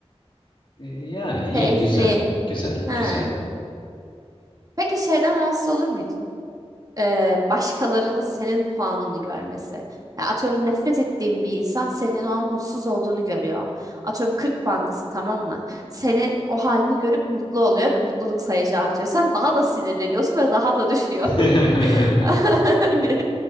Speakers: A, on the left; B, on the right.
A: E, Yani iyi
B: Keyifli.
A: güzel güzel
B: Ha.
A: güzel.
B: Peki şeyden rahatsız olur muydun? Ee, başkalarının senin puanını görmesi. Ya atıyorum nefret ettiğin bir insan senin o an mutsuz olduğunu görüyor. Atıyorum 40 puandasın tamam mı? Senin o halini görüp mutlu oluyor ve mutluluk sayıcı artıyor. Sen daha da sinirleniyorsun ve daha da düşüyor.
A: <laughs>
B: <laughs> Hani,